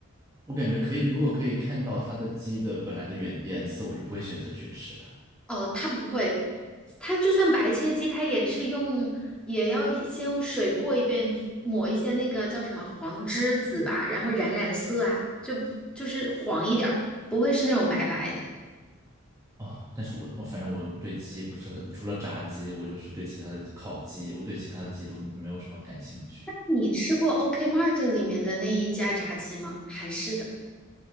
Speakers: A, on the right; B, in the centre.
A: 我感觉可以，如果可以看到它的鸡的本来的原颜色，我就不会选择去吃它。
B: 哦，它不会，它就算白切鸡，它也是用，也要一先用水过一遍，抹一些那个叫什么黄栀子吧，然后染染色啊，就就是黄一点儿，不会是那种白白的。
A: 哦，但是我我反正我对鸡不是很，除了炸鸡，我就是对其他的烤鸡，我对其他的鸡都没有什么感兴趣。
B: 你吃过 OK Mart 里面的那一家炸鸡吗？韩式的，